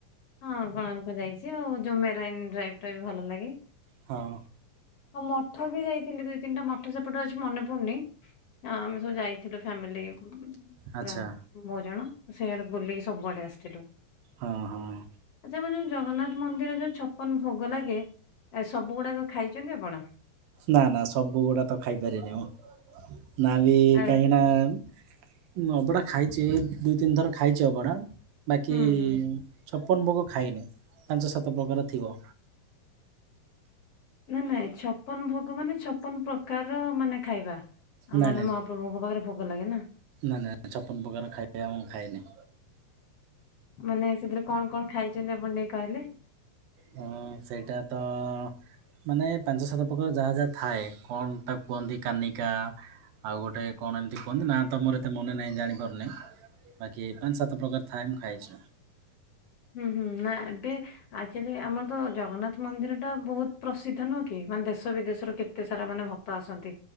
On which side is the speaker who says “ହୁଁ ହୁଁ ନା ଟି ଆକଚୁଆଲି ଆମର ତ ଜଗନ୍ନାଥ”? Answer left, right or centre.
Left